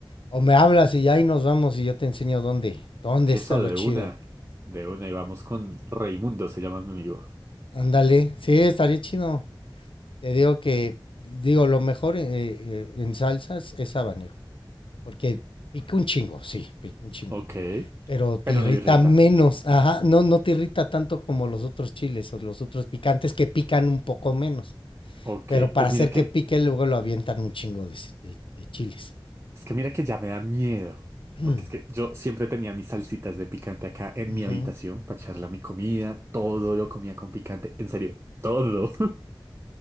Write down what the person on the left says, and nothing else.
O me hablas y ahí nos vamos y yo te enseño dónde, dónde
está lo
chido.
Ándale, sí, estaría chido. Te digo que, digo, lo mejor eh, eh, en salsas es habanero, porque pica un chingo, sí, pica un chingo,
pero te
irrita
menos, ajá, no, no te irrita tanto como los otros chiles o los otros picantes que pican un poco menos.
Pero para
hacer
que pique, luego lo avientan un chingo de, de, de chiles.
<clears throat>
Ujú.